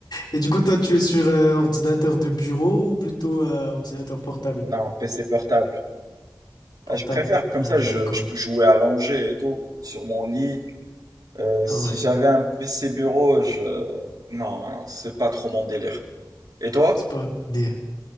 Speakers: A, on the left; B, on the right.
A: Et du coup, toi, tu es sur euh, ordinateur de bureau ou plutôt euh, ordinateur portable?
B: Non, PC portable.
A: Portable.
B: Ah, je préfère, comme
A: Ah,
B: ça, je,
A: d'accord.
B: je peux jouer allongé et tout, sur mon lit. Euh,
A: Ah
B: si
A: ouais.
B: j'avais un PC bureau, je... Non, non, c'est pas trop mon délire. Et toi?
A: C'est pas des...